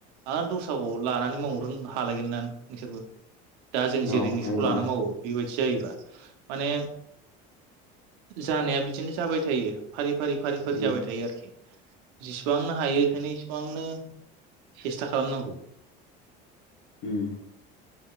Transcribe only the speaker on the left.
औ
हायोथ'
उम
उम